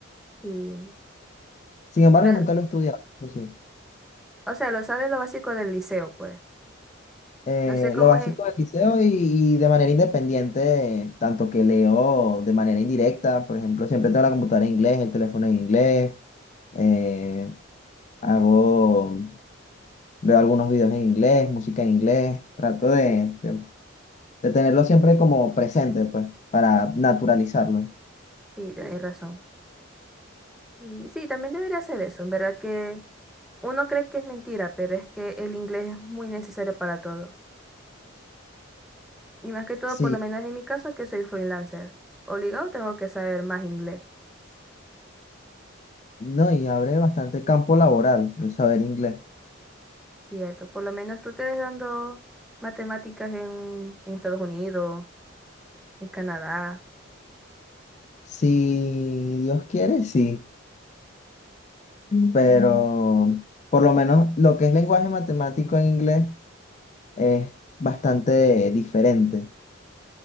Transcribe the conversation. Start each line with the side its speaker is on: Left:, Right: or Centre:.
Centre: Sí.
Left: Sin embargo,
Centre: Pero,
Left: nunca lo he estudiado, eso sí.
Centre: o sea, lo sabes lo básico del liceo, pues.
Left: Eh,
Centre: No sé cómo
Left: lo básico
Centre: es. en-
Left: del liceo y, y de manera independiente, tanto que leo de manera indirecta, por ejemplo, siempre tengo la computadora en inglés, el teléfono en inglés, eh, hago, veo algunos videos en inglés, música en inglés, trato de, de de tenerlo siempre como presente, pues, para naturalizarlo.
Centre: Sí, tenéis razón. Y sí, también debería hacer eso. En verdad que uno cree que es mentira, pero es que el inglés es muy necesario para todo. Y más que todo,
Left: Sí,
Centre: por lo menos en mi caso, que soy freelancer. Obligado tengo que saber más inglés.
Left: No, y abre bastante campo laboral el saber inglés.
Centre: Cierto, por lo menos tú te ves dando matemáticas en, en Estados Unidos, en Canadá.
Left: Si Dios quiere, sí, pero por lo menos lo que es lenguaje matemático en inglés es bastante diferente.